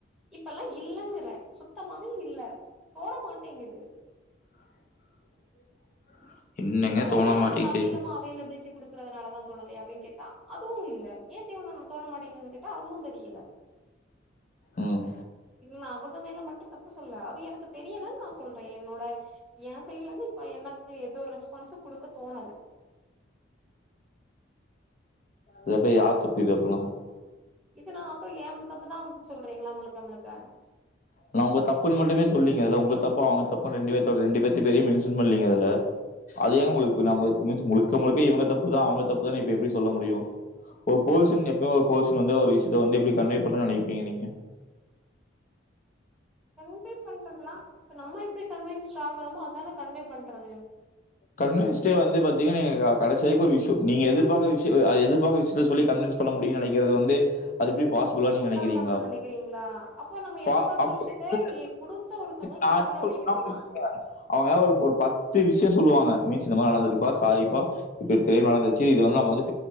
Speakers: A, in the centre; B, on the left.
A: இப்பல்லா இல்லங்கிற சுத்தமாவே இல்ல போட மாட்டேங்குது
B: <inaudible>
A: ஒடனே
B: தோண மாட்டேங்குது
A: அவங்க அதிகமா
B: செய்யும்.
A: அவெலபிலிட்டி குடுக்கறதுனால தா தொனலே அப்டின்னு கேட்டா துவு இல்ல ஏன் தேவ தோண மாட்டேங்கன்னு கேட்டா அதுவு தெரியல
B: ம்.
A: இன் நாவு உங்க மேல மட்டு தப்பு சொல்ல அது எனக்கு தெரியலன் நா சொல்ற என்னோட ஏ சைட்லருந்து இப்ப எனக் து ஏதோறஸ் பண்ஸ் கொடுக்க தோணல
B: இத போய் யார் தப்பு இது எப்பன
A: இது நா அப்ப ஏ ம் தப்புதா சொல்றீங்களா முழுக்க முழுக்க
B: இப்ப நா உங்க தப்புன்னு மட்டுமே சொல்லீங்க அதுல உங்க தப்ப அவங்க தப்புன்ன ரெண்டு பே ரெண்டு பேத்து பெரிய மென்ஷன் பண்ணலீங்கதுல அது
A: ம்
B: ஏன் உங்களுக் இப்ப பினாம்ம மத் மூச் முழுக்க முழுக்க இவங்க தப்புதா அவங்க தப்புதானு எப்டி எப்டி சொல்ல முடியு ஒரு பொர்சன் எப்ப ஒரு பொர்சன் வந்து ஒரு விஷயத்த வந்து எப்டி கண்வேப்பண்றன்னு நினைப்பீங்க நீங்க
A: கன்வே பண்றதுனா இப்ப நம்ம இப்டி கன்வன்ஸ்ட் ஆகாம அதானே கன்வே பண்றது
B: கன்வன்ஸ்டே வந்து பாத்தீங்கங்க கடைசி வரைக்கு ஒரு விஷய நீங்க எதிர்பாக்கற அது எதிர்பாக்கற விஷயத்த சொல்லி கவின்ஸ் பண்ண முடியும்னு நினைக்கறத வந்து அது எப்டி பாசிபில நீங்க
A: முட்டாள்
B: நினைக்கிறீங்களா
A: தனம்னு நெனைக்கிறீங்களா அப்போ நம்ம எதிர்பார்க்குற
B: பா அப்டி
A: விஷயத்த
B: இல்லங்க
A: எ குடுத்த ஒருத்தங்க
B: நா
A: குடுக்கல
B: <unintelligible>
A: அப்டின்னு சொன்னா
B: அவங்க ஒரு பத்து விஷய சொல்லுவாங்க ப்ளீஸ் இந்த மாரி நடந்துது பா சாரி பா தெ தெரியாம நடந்துசு இது வந்து